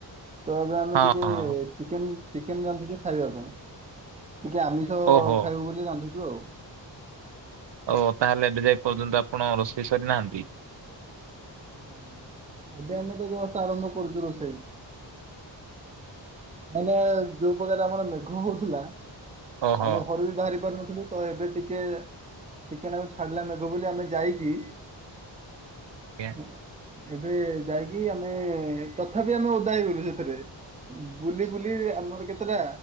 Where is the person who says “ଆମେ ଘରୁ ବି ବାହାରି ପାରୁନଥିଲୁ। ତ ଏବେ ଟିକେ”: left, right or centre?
Right